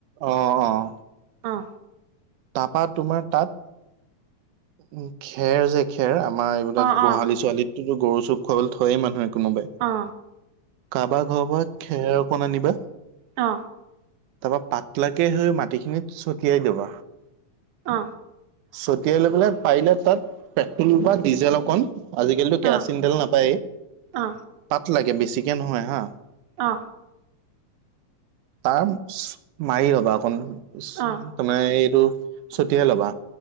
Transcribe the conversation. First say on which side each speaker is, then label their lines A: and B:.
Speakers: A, on the right; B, on the right.
A: অ অঁ।
B: অ।
A: তাৰপা তোমাৰ তাত উ খেৰ যে খেৰ। আমাৰ এইবিলাক
B: অ
A: গোহালি
B: অ
A: ছোৱালীতোতো গৰু চৰুক খুৱাবলৈ থয়ে মানুহে। কোনোবাই
B: অ অ
A: কাৰবাৰ ঘৰৰ পৰা খেৰ অকণ আনিবা
B: অ!
A: তাপা পাতলা কে সেই মাটিখিনিত ছটিয়াই দিবা।
B: অ!
A: ছটিয়াই লৈ পেলাই পাৰিলে তাত পেট্ৰল বা ডিজেল অকণ আজিকালিতো কেৰাচিন
B: অ
A: তেল নাপায়েই
B: অ
A: তাত লাগে বেছি চিকে নহয় হা।
B: অ!
A: তাৰমছ্ মাৰি লবা অকন তামানে
B: অ
A: এইটো ছটিয়াই ল'বা।